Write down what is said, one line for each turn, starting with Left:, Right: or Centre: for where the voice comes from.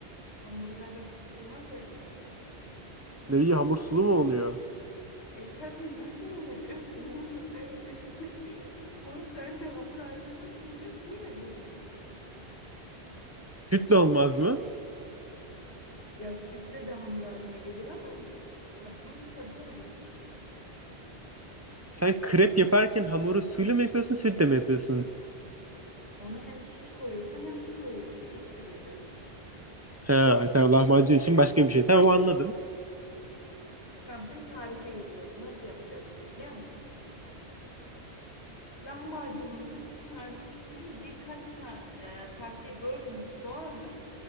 Left: Hamuru zaten susuz nasıl yapacağım?
Right: Ne bileyim hamur sulu mu oluyor?
Left: E tabii nasıl oluyor direkt ununu. <laughs> Un sence hamur haline nasıl geliyor? Suyla geliyor.
Right: Süt de olmaz mı?
Left: Ya sütle de hamur haline gelir ama saçma bir tadı olur.
Right: Sen krep yaparken hamuru suyla mı yapıyorsun, sütle mi yapıyorsun?
Left: Onu hem süt koyuyorsun hem su koyuyorsun. İkisi birden.
Right: Ha, tamam lahmacun için başka bir şey. Tamam anladım.
Left: Tamam şimdi tarife geliyoruz. Nasıl yapacaksın biliyor musun? Lahmacunumuzun iç harcı için birkaç ta, e, parçaya böldüğümüz soğanı,